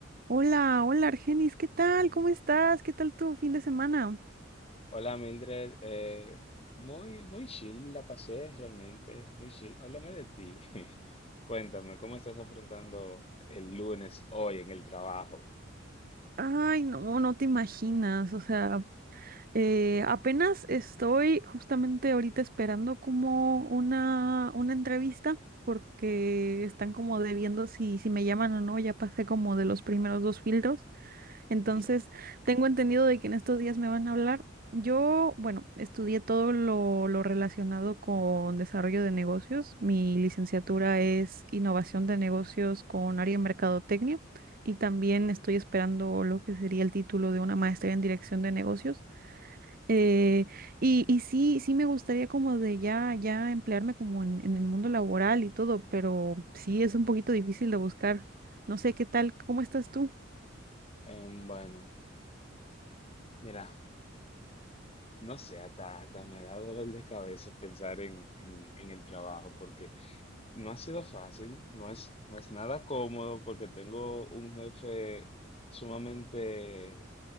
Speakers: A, on the right (about 50°); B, on the left (about 30°).
A: Hola, hola Argenis, ¿qué tal? ¿Cómo estás? ¿Qué tal tu fin de semana?
B: Hola Mildred, Eh, muy, muy chill la pasé realmente, muy chill. Háblame de ti. <laughs> Cuéntame, ¿cómo estás afrontando el lunes hoy en el trabajo?
A: Ay, no, no te imaginas. O sea, eh, apenas estoy justamente ahorita esperando como una, una entrevista porque están como debiendo si, si me llaman o no. Ya pasé como de los primeros dos filtros. Entonces,
B: Ujú.
A: tengo entendido de que en estos días me van a hablar. Yo, bueno, estudié todo lo, lo relacionado con desarrollo de negocios. Mi licenciatura es innovación de negocios con área en mercadotecnia y también estoy esperando lo que sería el título de una maestría en dirección de negocios. Eh, y, y sí, sí me gustaría como de ya, ya emplearme como en, en el mundo laboral y todo, pero sí es un poquito difícil de buscar. No sé qué tal, ¿cómo estás tú?
B: Em, bueno, mira, no sé, hasta, hasta me da dolor de cabeza pensar en, en, en el trabajo porque no ha sido fácil, no es, no es nada cómodo porque tengo un jefe sumamente,